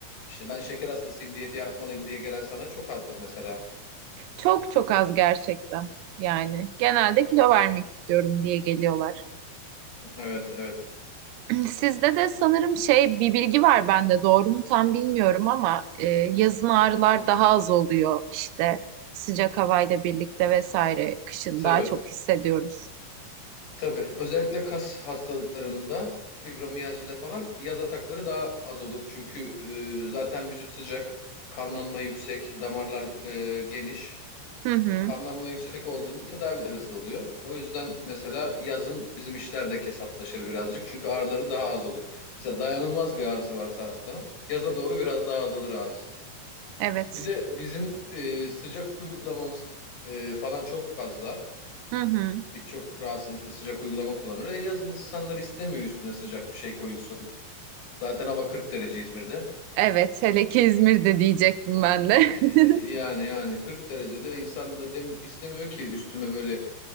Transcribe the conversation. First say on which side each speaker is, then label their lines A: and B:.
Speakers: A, on the left (about 55°); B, on the right (about 85°).
A: işte ben şeker hastasıyım diyeti yapmalıyım diye gelen sana çok azdır mesela.
B: çok çok az gerçekten yani. Genelde kilo vermek istiyorum diye geliyorlar.
A: Evet evet.
B: Yani Sizde de sanırım şey bir bilgi var bende doğru mu tam bilmiyorum ama e, yazın ağrılar
A: Nasıl?
B: daha az oluyor işte sıcak havayla birlikte vesaire kışın
A: Tabii.
B: daha çok hissediyoruz.
A: Tabii özellikle kas hastalıklarında fibromiyajide falan yaz atakları daha az olur. Çünkü e, zaten vücut sıcak, kanlanma yüksek, damarlar e, geniş.
B: Hı hı.
A: Kanlanma yüksek olduğunda tedavi de hızlı oluyor. O yüzden mesela yazın bizim işler de kesatlaşır birazcık. Çünkü ağrıları daha az olur. Mesela dayanılmaz bir ağrısı varsa hastanın yaza doğru biraz daha azalır ağrısı.
B: Evet.
A: Bir de bizim e, sıcak uygulamamız e, falan çok fazla
B: Hı hı.
A: birçok rahatsızlıkla sıcak uygulama kullanır. E yazın insanlar istemiyor üstüne sıcak bir şey koyulsun. Zaten hava 40 derece İzmir'de.
B: Evet hele ki İzmir'de diyecektim ben
A: E,
B: de. <laughs>
A: yani yani 40 derecede insan da dem istemiyor ki üstüme böyle